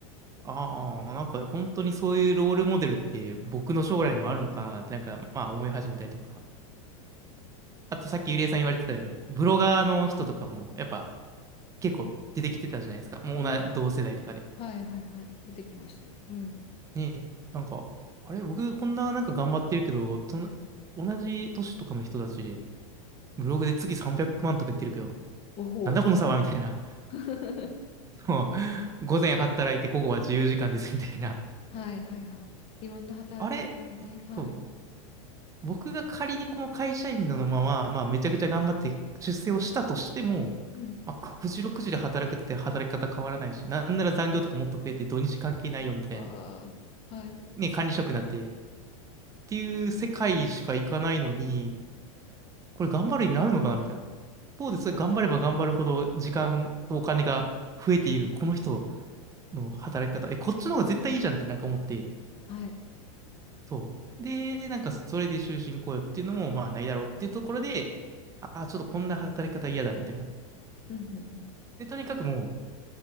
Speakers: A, on the right; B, on the left.
A: ああ、なんか本当にそういうロールモデルって僕の将来にもあるのかなってなんかまあ思い始めたりとか。あとさっきゆりえさん言われてたように、ブロガーの人とかもやっぱ結構出てきてたじゃないですか。もう同じ同世代とかで。
B: ね。ね。はいはいはい。出てきましたね。うん。
A: ねえ、なんか、あれ、僕こんななんか頑張ってるけど、とん同じ年とかの人たちで、ブログで月300万とか言ってるけど、
B: おほう、
A: なんだこの差はみたいな。
B: そういうの <laughs>
A: もう、午前働いて午後は自由時間ですみたいな。
B: はいはいはい。いろんな働き方がね。
A: あれ、
B: はい。
A: そう。僕が仮にこの会社員のまま、まあ、めちゃくちゃ頑張って出世をしたとしても、
B: うん。
A: まあ、9時6時で働くって働き方変わらないし、なんなら残業とかもっと増えて土日関係ないよみたいな、
B: わあ。はい。
A: ね、管理職になってっていう世界しか行かないのに、これ頑張る意味あるのかなみたいな。一方でそれ頑張れば頑張るほど時間とお金が増えているこの人の働き方、え、こっちの方が絶対いいじゃんってなんか思って、
B: はい。
A: そう。で、なんかそれで終身雇用っていうのもまあないだろうっていうところで、ああ、ちょっとこんな働き方嫌だみたいな。
B: うんうんうん。
A: で、とにかくも